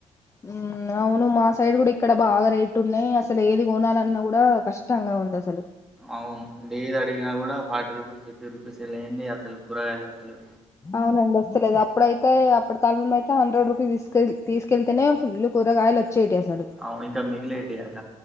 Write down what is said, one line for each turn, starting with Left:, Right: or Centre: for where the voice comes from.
Left: ఉమ్ అవును మా సైడ్ కూడా ఇక్కడ బాగా రేట్లున్నయ్ అసలు ఏది కొనాలన్నా కూడా కష్టంగా ఉంది అసలు
Centre: అవును డేది అడిగిన కూడా ఫార్టీ రుపీస్ ఫిఫ్టీ రూపీస్ లేంది అసలు కూరగాయలు వత్తలే
Left: అవునండి వస్తలేదు అప్పుడైతే అప్పటి కాలంలో అయితే హండ్రెడ్ రూపీస్ తీసుకెళ్ తీసుకెళ్తేనే ఫుల్ కూరగాయలు వచ్చేటి అసలు
Centre: అవును ఇంకా మిగిలేది కద